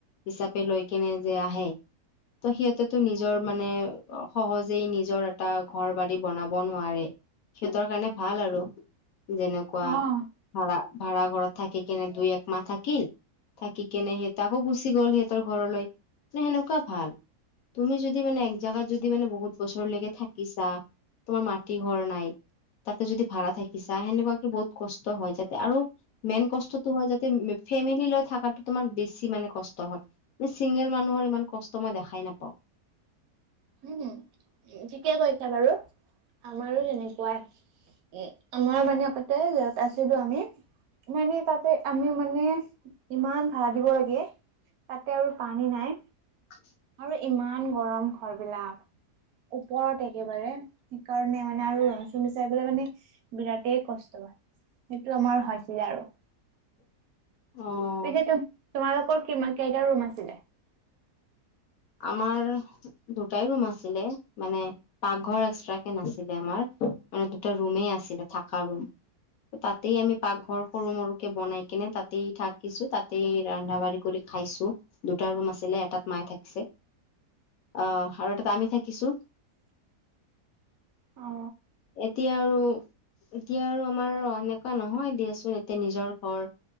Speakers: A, on the left (about 70°); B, on the right (about 70°).
A: হিচাপে লৈ কেনে যে আহে ত, সিহঁতেতো নিজৰ মানে অ' সহজেই নিজৰ এটা ঘৰ, বাৰী বনাব নোৱাৰে, সিহঁতৰ কাৰণে ভাল আৰু। যেনেকুৱা
B: অ
A: ভাৰা, ভাৰা ঘৰত থাকি কিনে দুই, একমাহ থাকিল থাকি কেনে সিহঁত আকৌ গুচি গ'ল সিহঁতৰ ঘৰলৈ মানে সেনেকুৱা ভাল। তুমি যদি মানে এক জাগাত যদি মানে বহুত বছৰলৈকে থাকিছা, তোমাৰ মাটি ঘৰ নাই তাতে যদি ভাড়া থাকিছা সেনেকুৱাকে বহুত কষ্ট হয় যাতে আৰু মেইন কষ্টটো হয় যাতে মে ফেমিলি লৈ থাকাটো তোমাৰ বেছি মানে কষ্ট হয়। তে চিংগেল মানুহৰ ইমান কষ্ট মই দেখাই নাপাওঁ।
B: হ <inaudible> ঠিকে কৈছা বাৰু, আমাৰো তেনেকুৱাই। এ, আমাৰ মানে আগতে য'ত আছিলো আমি নাই, নাই তাতে আমি মানে ইমান ভাড়া দিব লাগে তাতে আৰু পানী নাই
A: <inaudible>
B: আৰু ইমান গৰম ঘৰবিলাক ওপৰত একেবাৰে, সেইকাৰণে মানে আৰু ৰোম - চুম চাই পেলাই মানে বিৰাটেই কষ্ট হয়, সেইটো আমাৰ হৈছিল আৰু।
A: অহ।
B: পিছেতো তোমালোকৰ কিমান কেইটা ৰুম আছিলে?
A: আমাৰ দুটাই ৰুম আছিলে, মানে পাকঘৰ এক্সট্ৰাকে নাছিলে আমাৰ। মানে দুটা ৰুমে আছিলে, থাকা ৰুম। তাতেই আমি পাকঘৰ সৰু, সৰুকে বনাই কিনে, তাতেই থাকিছো, তাতেই ৰান্ধা বাঢ়ি কৰি খাইছো দুটা ৰুম আছিলে, এটাত মায়ে থাকিছে। আহ, আৰু এটাত আমি থাকিছো
B: অ
A: এতিয়া আৰু এতিয়া আৰু আমাৰ এনেকুৱা নহয় দিয়াচোন এতিয়া নিজৰ ঘৰ।